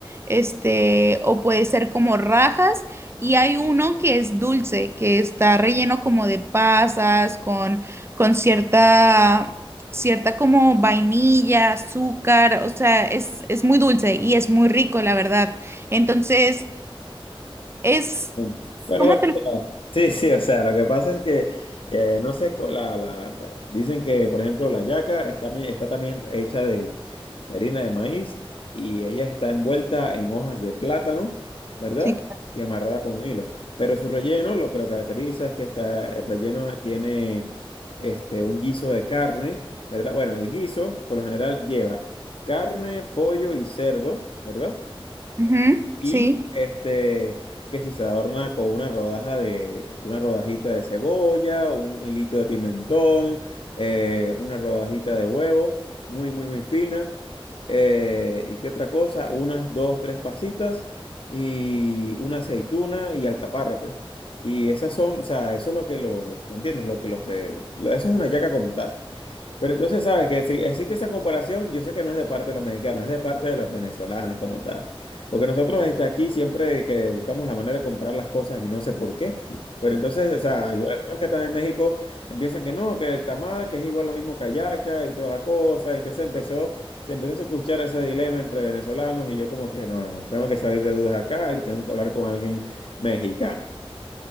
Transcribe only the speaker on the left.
Bueno, bueno,
bueno,
sí, sí, o sea, lo que pasa es que, eh, no sé, co- la, la, la- dicen que, por ejemplo, la yaca está, también- está también hecha de, de harina de maíz y ella está envuelta en hojas de plátano, ¿verdad?
Y amarrada con hilo. Pero su relleno, lo que lo caracteriza es que está, el relleno tiene este, un guiso de carne, ¿verdad? Bueno, el guiso, por lo general, lleva carne, pollo y cerdo, ¿verdad?
Y
este, que si se adorna con una rodaja de, una rodajita de cebolla, un hilito de pimentón, eh, una rodajita de huevo, muy, muy, muy fina. eh, ¿y qué otra cosa? Unas dos, tres pasitas y una aceituna y alcaparra, pues. Y esas son, o sea, eso es lo que lo, lo- ¿me entiendes? Lo que, lo que, lo- eso es una yaca como tal. Pero entonces, ¿sabes? Que si existe esa comparación, yo sé que no es de parte de los mexicanos, es de parte de los venezolanos como tal. Porque nosotros este, aquí siempre que buscamos la manera de comprar las cosas y no sé por qué, pero entonces, o sea, hay algunos que están en México empiezan que no, que el tamal, que es igual lo mismo que hallaca y toda la cosa. Y entonces empezó, se empezó a escuchar ese dilema entre venezolanos y yo como que no, no, no, tengo que salir de dudas acá y tengo que hablar con alguien mexicano.